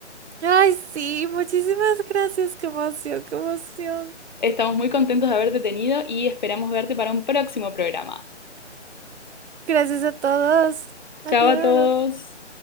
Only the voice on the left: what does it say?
Estamos muy contentos de haberte tenido y esperamos verte para un próximo programa.
Chao a todos.